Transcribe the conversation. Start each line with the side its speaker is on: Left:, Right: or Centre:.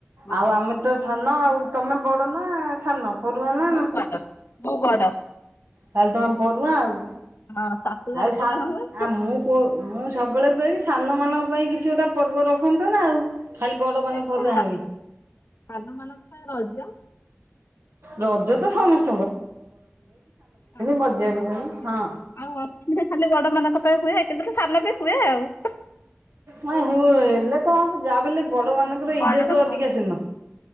Left: ହଁ
Right: ଆଉ ଆମେ ତ ସାନ ଆଉ ତମେ ବଡ଼ ନା ସାନ? ପରୁଆ ନା
Left: ମୁଁ ବଡ଼ ମୁଁ ବଡ।
Right: ତାହଲେ ତମେ ପୋରୁହାଁ ଆଉ,
Left: ହଁ ଶାଶୁଘର
Right: ଆଉ ସା
Left: ପରୁହାଁ ହୁଅନ୍ତି
Right: ଆଉ ମୁଁ କୋ ମୁଁ ସବୁବେଳ ପାଇଁ ସାନ ମାନଙ୍କ ପାଇଁ କିଛି ଗୋଟେ ପର୍ବ ରଖନ୍ତେନା ଆଉ ଖାଲି ବଡ ମାନେ
Left: ସେ
Right: ପରୁଆ
Left: ତ
Right: ହେବେ।
Left: ସାନ ମାନଙ୍କ ପାଇଁ ରଜ
Right: ରଜ ତ ସମସ୍ତ
Left: ଆଉ
Right: ମଝିଆ ପିନ୍ଧନ୍ତି ହଁ।
Left: ଅଷ୍ଟମି ଟା ଖାଲି ବଡ ମାନଙ୍କ ପାଇଁ ହୁଏ କିନ୍ତୁ ତ ସାନ ବି ହୁଏ ଆଉ
Right: ହଁ ହୁଏ ହେଲେ କଣ ହବ ଯାହା ବି ହେଲେ ବ ବଡ଼ ମାନଙ୍କର ଇଜ୍ଜତ
Left: ବଡର ହଁ
Right: ଅଧିକା ସେଦିନ